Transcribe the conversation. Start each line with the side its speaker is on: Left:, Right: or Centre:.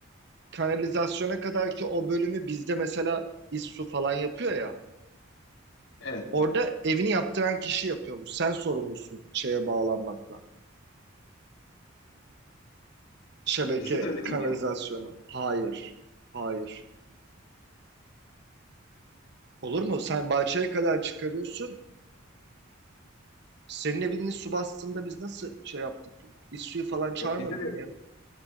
Right: kanalizasyona kadar ki o bölümü bizde mesela İSSU falan yapıyor ya.
Left: Evet.
Right: Orada evini yaptıran kişi yapıyormuş. Sen sorumlusun şeye bağlanmakla. Şebeke
Left: Bizde de öyle
Right: kanalizasyonu.
Left: değil mi ya?
Right: Hayır. Hayır. Olur mu? Sen bahçeye kadar çıkarıyorsun. Senin evini su bastığında biz nasıl şey yaptık? İSSU'yu falan çağırmadık
Left: Yok bizde de
Right: mı ya?